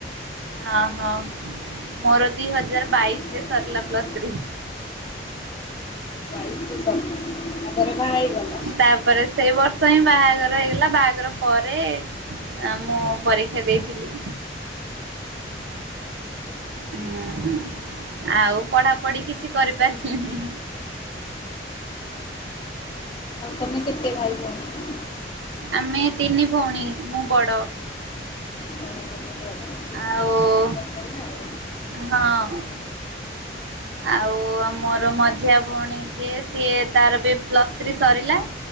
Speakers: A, on the right; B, on the left.
A: ଅଁ, ହଁ ମୋର ଦି ହଜାର
B: ହଁ
A: ବାଇଶ ରେ ସରିଲା ପ୍ଲସ୍ ଥ୍ରୀ।
B: <unintelligible> ତାପରେ ବାହା ହେଇଗଲ।
A: ହୁଁ ତାପରେ ସେଇ ବର୍ଷ ହିଁ ବାହା ବାହାଘର ହେଇଗଲା ବାହାଘର ପରେ ଏଁ, ମୁଁ ପରୀକ୍ଷା ଦେଇଥିଲି। ହୁଁ, ହୁଁ ଆଉ ପଢାପଢି କିଛି କରିପାରିଲିନି।
B: ତୋମେ କେତେ ଭାଇଭଉଣୀ କି?
A: ଆମେ ତିନି ଭଉଣୀ ମୁଁ ବଡ।
B: ହଁ ତମେ ବଡ ସେଥିପାଇଁ
A: ଆଉ
B: ଜଲ୍ଦି କରିଦେଲେ ଆଉ।
A: ହଁ ଆଉ ମୋର ମଝିଆ ଭଉଣୀ ଯିଏ ସିଏ ତାର ବି ପ୍ଲସ୍ ଥ୍ରୀ ସରିଲା